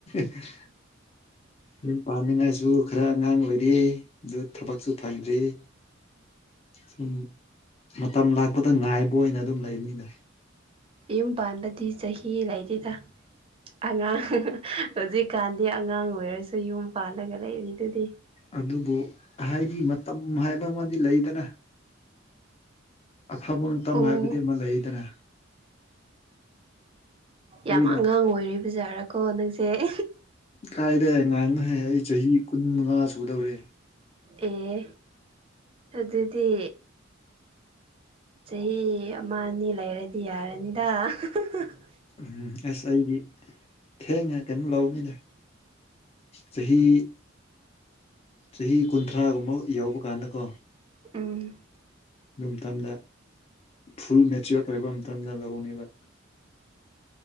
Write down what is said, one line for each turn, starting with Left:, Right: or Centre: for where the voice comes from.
Left: <unintelligible> ꯌꯨꯝ ꯄꯥꯟꯅꯤꯡꯉꯥꯏꯁꯨ ꯈꯔ ꯑꯉꯥꯡ ꯑꯣꯏꯔꯦ ꯑꯗꯨ ꯊꯕꯛꯁꯨ ꯐꯪꯗ꯭ꯔꯤꯑꯦ ꯁꯨꯝ ꯃꯇꯝ ꯂꯥꯛꯄꯗ ꯉꯥꯏꯕ ꯑꯣꯏꯅ ꯑꯗꯨꯝ ꯂꯩꯕꯅꯤꯅ
Right: ꯌꯨꯝ ꯄꯥꯟꯕꯗꯤ ꯆꯍꯤ ꯂꯩꯗꯦꯗ ꯑꯉꯥꯡ <unintelligible> ꯍꯧꯖꯤꯛꯀꯥꯟꯗꯤ ꯑꯉꯥꯡ ꯑꯣꯏꯔꯁꯨ ꯌꯨꯝ ꯄꯥꯜꯂꯒ ꯂꯩꯔꯤ ꯗꯨꯗꯤ
Left: ꯑꯗꯨꯕꯨ ꯍꯥꯏꯗꯤ ꯃꯇꯝ ꯍꯥꯏꯕ ꯑꯃꯗꯤ ꯂꯩꯗꯅ ꯑꯐꯕ ꯃꯇꯝ
Right: ꯑꯣ
Left: ꯍꯥꯏꯕꯗꯤ ꯑꯃ ꯂꯩꯌꯦꯗꯅ
Right: ꯌꯥꯝ
Left: ꯑꯩꯅ
Right: ꯑꯉꯥꯡ ꯑꯣꯏꯔꯤꯕ ꯖꯥꯔꯀꯣ ꯅꯪꯁꯦ <unintelligible>
Left: ꯀꯥꯏꯗꯩ ꯑꯉꯥꯡꯅꯨꯍꯦ ꯑꯩ ꯆꯍꯤ ꯀꯨꯟ ꯃꯉꯥ ꯁꯨꯗꯧꯔꯦ
Right: ꯑꯦ ꯑꯗꯨꯗꯤ ꯆꯍꯤ ꯑꯃ ꯑꯅꯤ ꯂꯩꯔꯗꯤ ꯌꯥꯔꯅꯤꯗ <unintelligible>
Left: ꯎꯝ ꯑꯁ ꯑꯩꯗꯤ ꯊꯦꯡꯅ ꯀꯩꯅꯣ ꯂꯧꯕꯅꯤꯗ ꯆꯍꯤ ꯆꯍꯤ ꯀꯨꯟꯊ꯭ꯔꯥꯒꯨꯝꯕ ꯌꯥꯎꯕ ꯀꯥꯟꯗ ꯀꯣ
Right: ꯎꯝ
Left: ꯑꯗꯨ ꯃꯇꯝꯗ ꯐꯨꯜ ꯃꯦꯆꯣꯔꯠ ꯑꯣꯏꯕ ꯃꯇꯝꯗ ꯂꯧꯒꯅꯦꯕ